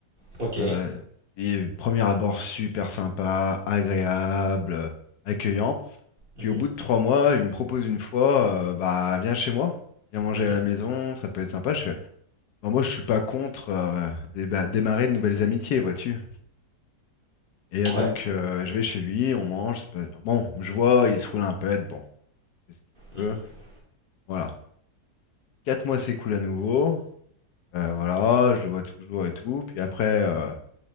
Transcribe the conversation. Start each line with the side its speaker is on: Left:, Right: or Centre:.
Right: ok.
Left: Euh, et premier abord super sympa, agréable, euh, accueillant. Puis
Right: Mhm,
Left: au bout de trois mois, il me propose une fois, euh, bah viens chez moi, viens manger
Right: mhm,
Left: à la maison, ça peut être sympa. Je fais, Bah, moi, je suis pas contre euh, déba- démarrer de nouvelles amitiés, vois-tu. Et euh, donc,
Right: Ouais.
Left: euh, je vais chez lui, on mange, c'est pas Bon, je vois, il se roule un pet, bon, c'est ce qu'il veut.
Right: mhm.
Left: Voilà. Quatre mois s'écoulent à nouveau. euh, voilà, je le vois toujours et tout. Puis après, euh,